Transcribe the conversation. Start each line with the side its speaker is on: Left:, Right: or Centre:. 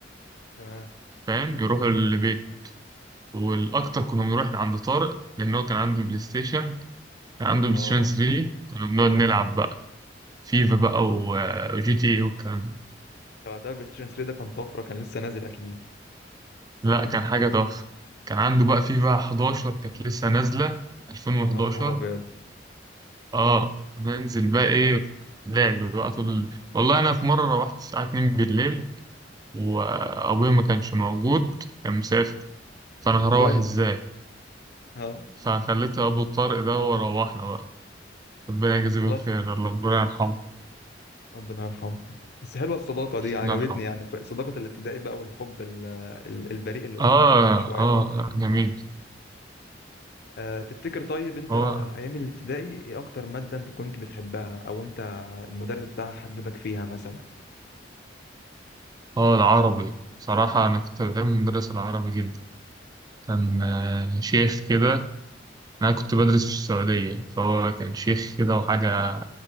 Left: تمام
Right: فاهم يروحوا لبيت والأكتر كنا بنروح عند طارق لأن هو كان عنده بلاي ستيشن كان عنده بلاي
Left: اه
Right: ستيشن 3 كنا بنقعد نلعب بقى فيفا بقى و- وجي تي اي والكلام ده.
Left: ده وقتها البلاي ستيشن 3 ده كان طفرة كان لسه نازل اكيد
Right: لا كان حاجة تحفة كان عنده بقى فيفا
Left: أكيد.
Right: 11 كانت لسه نازلة 2011
Left: يا نهار ابيض
Right: اه ننزل بقى ايه لعب بقى طول ال- والله انا في مرة روحت الساعة 2 بالليل وابويا ما كانش موجود كان مسافر فانا
Left: ده
Right: هروح
Left: كويس
Right: ازاي
Left: اه
Right: فخليت ابو طارق ده وروحنا بقى ربنا يجازيه
Left: والله
Right: بالخير
Left: س-
Right: الله ربنا يرحمه
Left: ربنا يرحمه بس حلوه الصداقه دي عجبتني
Right: الله يرحمه
Left: يعني ف- صداقه الابتدائي بقى والحب ال- ال- البريء اللي قلت
Right: اه
Left: لك عليه من شويه
Right: اه
Left: برضه
Right: جميل
Left: أه تفتكر طيب انت
Right: هو
Left: ايام الابتدائي ايه اكتر ماده انت كنت بتحبها او انت المدرس بتاعها حببك فيها مثلا
Right: هو العربي صراحة أنا كنت بحب مدرس العربي جدا كان آه، شيخ كده أنا كنت بدرس في السعودية فهو كان شيخ كده وحاجة